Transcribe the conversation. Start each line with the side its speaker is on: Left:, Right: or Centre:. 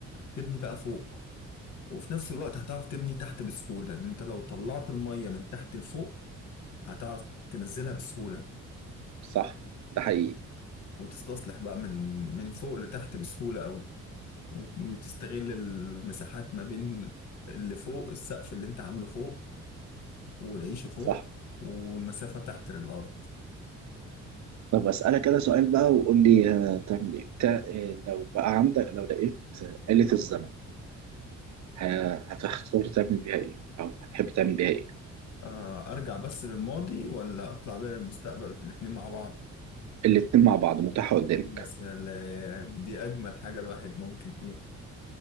Left: تبني بقى فوق وفي نفس الوقت هتعرف تبني تحت بسهولة إن أنت لو طلعت المية من تحت لفوق هتعرف تنزلها بسهولة
Right: صح ده حقيقي
Left: وتستصلح بقى من من فوق لتحت بسهولة أوي وتستغل المساحات ما بين اللي فوق السقف اللي أنت عامله فوق والعيشة فوق
Right: صح
Left: والمسافة تحت للأرض
Right: طب أسألك أنا سؤال بقى وقول لي آه، تعمل إيه؟ تع- آه، لو بقى عندك لو لقيت آه، آلة الزمن ه- هتختار تعمل بيها إيه؟ أو هتحب تعمل بيها إيه؟
Left: آه، ارجع بس للماضي ولا اطلع بيها للمستقبل الاتنين مع بعض
Right: الاتنين مع بعض متاحة قدامك
Left: يا سلام دي اجمل حاجة الواحد ممكن ايه